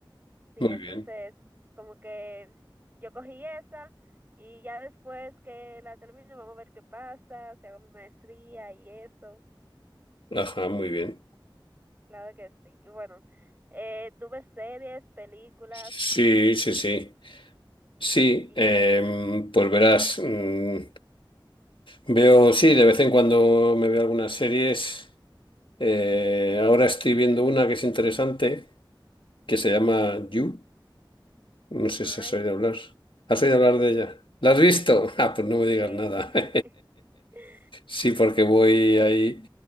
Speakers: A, on the right; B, on the left.
A: Sí,
B: muy
A: entonces
B: bien,
A: como que yo cogí esa y ya después que la termine vamos a ver qué pasa, si hago mi maestría y eso.
B: ajá, muy bien.
A: Claro que sí. Y bueno, eh, tuve series, películas
B: Sí, sí, sí. Sí,
A: y...
B: em, pues verás, mm, veo, sí, de vez en cuando me veo algunas series. Eh, ahora estoy viendo una que es interesante, que se llama You. No sé
A: Ay,
B: si has oído
A: sí,
B: hablar. ¿Has
A: ya
B: oído hablar
A: lo he
B: de
A: visto.
B: ella? ¿La has visto?
A: Sí,
B: <laughs> Ah, pues no me digas
A: sí.
B: nada.
A: <laughs>
B: <laughs>
A: <laughs>
B: Sí, porque voy ahí